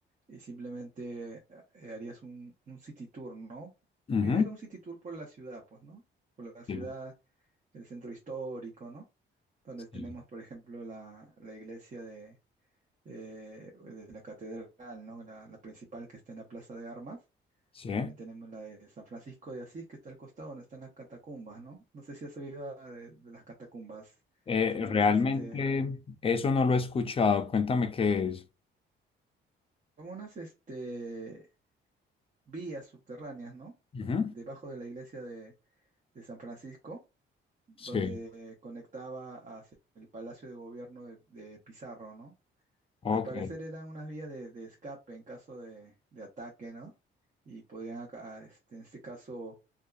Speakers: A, on the right (about 40°); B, on the left (about 30°).
A: y simplemente eh, harías un, un city tour, ¿no?
B: ujú.
A: Primero un city tour por la ciudad, pues, ¿no? Por la ciudad,
B: Sí,
A: el centro histórico, ¿no? Donde
B: sí,
A: tenemos, por ejemplo, la, la iglesia de, eh, de la catedral, ¿no? La, la principal que está en la Plaza de Armas.
B: sí.
A: También tenemos la de San Francisco de Asís, que está al costado donde están las catacumbas, ¿no? No sé si has oído ah, de, de las catacumbas.
B: Eh,
A: Son unos,
B: realmente
A: este,
B: eso no lo he escuchado, cuéntame qué es.
A: son unas, este, vías subterráneas, ¿no?
B: Ujú,
A: Debajo de la iglesia de, de San Francisco, donde
B: Sí,
A: conectaba hacia el Palacio de Gobierno de, de Pizarro, ¿no?
B: ok.
A: Al parecer eran unas vías de, de escape en caso de, de ataque, ¿no? Y podrían, acá- este, en este caso,